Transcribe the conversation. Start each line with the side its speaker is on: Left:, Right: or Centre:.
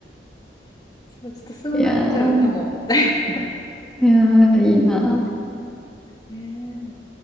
Left: そう、ちょっとそうなっちゃうかも、
Centre: いやー、
Left: みたいな。<laughs>
Centre: いやー、いいな。
Left: ね